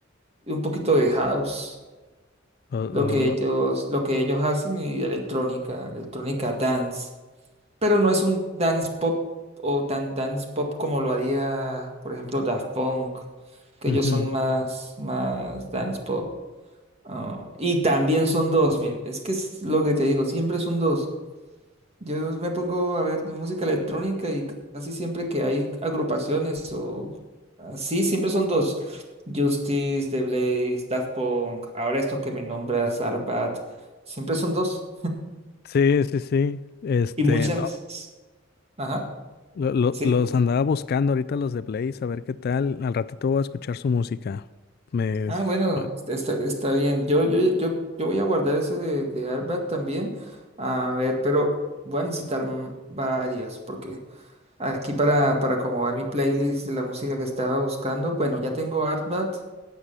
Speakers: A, on the right (about 30°); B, on the left (about 50°).
A: y un poquito de house.
B: Lo- lo-
A: lo que
B: lo-
A: ellos, lo que ellos hacen y electrónica, electrónica dance. Pero no es un dance pop o tan dance pop como lo haría, por ejemplo, Daft Punk, que
B: ujú.
A: ellos son más, más dance pop. Ah, y también son dos, mire, es que es lo que te digo, siempre son dos. Yo me pongo a ver música electrónica y casi siempre que hay agrupaciones o así, siempre son dos. Justice, The Blaze, Daft Punk, ahora estos que me nombras, Arbat, siempre son dos.
B: Sí, sí, sí. Este,
A: Y muchas.
B: no,
A: Ajá,
B: lo- lo-
A: sí.
B: los andaba buscando ahorita los de Blaze, a ver qué tal. Al ratito voy a escuchar su música. Me,
A: Ah,
B: su-
A: bueno, está, está- está bien. Yo, yo, yo, yo voy a guardar eso de, de Arbat también. A ver, pero voy a necesitar mm, varias porque aquí para, para acomodar mi playlist de la música que estaba buscando, bueno, ya tengo Arbat.